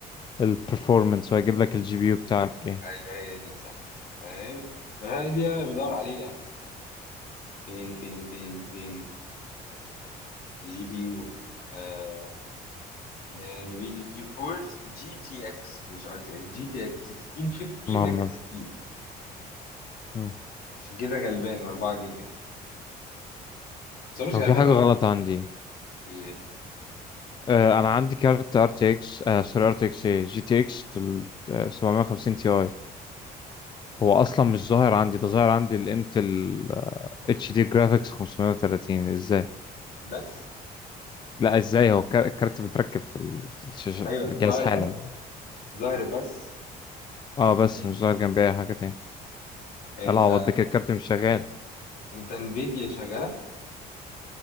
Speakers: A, on the left; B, on the left.
A: البرفورمانس وهيجيب لك الجي بي يو بتاعك ايه
B: ايوه هي دي صح ايوه ما هي دي انا بدور عليها فين فين فين فين جي بي يو آه... نفيديا جي فورس جي تي اكس مش ار تي اكس جي تي اكس 1650
A: مهم
B: ماكس كيو
A: مم.
B: عشان كده غلبان 4 جيجا بس هو مش
A: هو
B: غلبان
A: في حاجة
B: على
A: غلط
B: فكرة أوي
A: عندي
B: في- إيه؟
A: آه أنا عندي كارت ار تي اكس آه سوري ار تي اكس ايه جي تي اكس 750 تي اي هو أصلا مش ظاهر عندي ده ظاهر عندي الانتل اتش دي جرافيكس 530 ازاي؟
B: بس
A: لا ازاي هو الكار- الكارت متركب في ال- في الشاشة
B: أيوه
A: في الجهاز
B: ظاهر
A: حالا
B: بس ظاهر بس
A: اه بس
B: يعني
A: مش ظاهر جنبي أي حاجة تاني
B: أنت
A: العوض ده كده الكارت مش شغال
B: أنت انفيديا شغالة